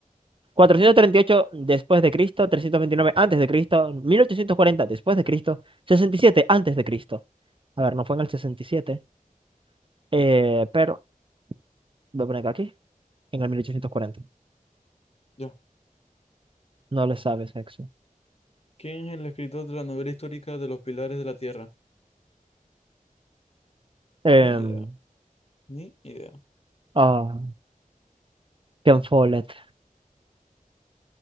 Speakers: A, on the right; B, on the left.
A: 438 después de Cristo, 329 antes de Cristo, 1840 después de Cristo, 67 antes de Cristo. A ver, no fue en el 67, eh, pero voy a poner acá aquí, en el 1840.
B: Ya.
A: No le sabes, Hex.
B: ¿Quién es el escritor de la novela histórica de Los Pilares de la Tierra?
A: Em,
B: Ni idea, ni idea.
A: ah, Ken Follett.